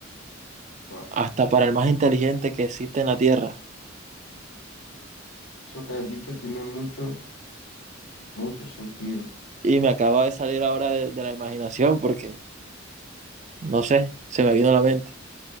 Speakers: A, on the left; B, on the right.
A: bueno,
B: hasta para el más inteligente que existe en la Tierra.
A: eso que has dicho tiene mucho, mucho sentido,
B: Y me acaba de salir ahora de, de la imaginación porque, no sé, se me vino a la mente.